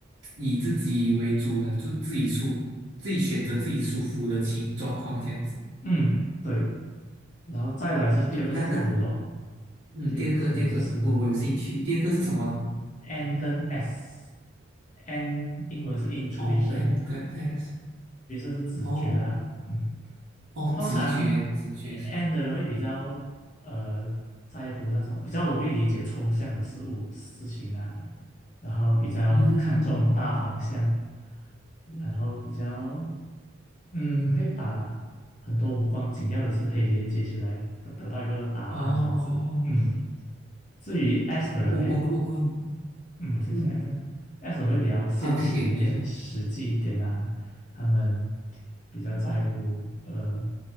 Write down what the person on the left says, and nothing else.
嗯，对。然后再来是第二个字母咯，
第二个字母就是
N 跟 S。N 英文是 intuition，intuition
是直觉啦。
嗯
通常
N 的人会比较呃在乎那种比较容易理解抽象的事物事情啊，然后比较看重大方向，
然后比较嗯会把很多无关紧要的事可以连接起来，得得到一个答案这样子。
嗯，至于 S 的人呢，
嗯，我先讲
S，S 会比较现实一点、
实际一点呐。他们比较在乎，
呃，